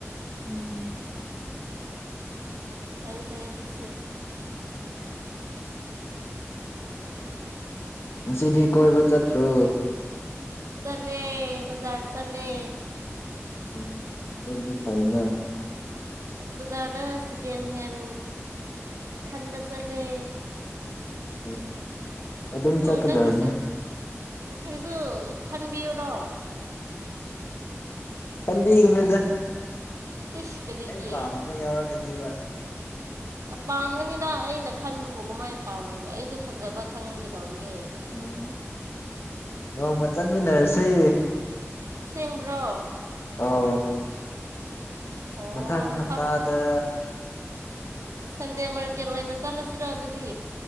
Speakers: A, on the left (about 55°); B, on the right (about 80°).
A: ꯎꯝ
B: ꯐꯩ ꯐꯔꯦ ꯑꯗꯨꯁꯨ
A: ꯁꯤꯤꯗꯤꯤ ꯀꯣꯏꯕ ꯆꯠꯇ꯭ꯔꯨ
B: ꯆꯂꯦ ꯖꯔ ꯆꯂꯦ
A: ꯎ ꯑꯗꯨꯗꯗꯤ ꯈꯥꯏꯅ
B: ꯕꯖꯥꯔꯗ ꯁꯦꯀꯦꯟ ꯍꯦꯟ ꯈꯟꯕꯁꯂꯦ
A: ꯎꯝ ꯑꯗꯨꯝ ꯆꯠꯀꯗꯕꯅꯤ
B: ꯅꯪꯒꯤꯁꯨ ꯅꯪꯒꯤꯁꯨ ꯈꯟꯕꯤꯌꯨꯔꯣ
A: ꯀꯗꯤꯅꯗ
B: ꯏꯁ ꯀꯔꯤꯒꯤ
A: ꯑꯩ ꯄꯥꯝꯗꯨꯕ ꯌꯥꯎꯔꯛꯀꯅꯦꯕ
B: ꯄꯥꯝꯒꯅꯤꯗ ꯑꯩꯅ ꯈꯟꯕꯕꯨ ꯀꯃꯥꯏꯅ ꯄꯥꯝꯃꯩꯗꯣ ꯑꯩꯁꯨ ꯐꯖꯕ ꯈꯪꯒꯗꯧꯔꯒꯦ
A: ꯎꯝ ꯅꯣꯡꯃ ꯆꯠꯃꯤꯟꯅꯔꯁꯤ
B: ꯁꯦꯡꯕ꯭ꯔꯣ
A: ꯑꯥ
B: ꯑꯣ
A: ꯃꯊꯪ ꯍꯞꯇꯥꯗ
B: ꯁꯟꯗꯌꯥ ꯃꯥ ꯀꯦꯔꯣꯏꯅ ꯆꯠꯂꯁꯤꯔꯣ ꯑꯗꯨꯗꯤ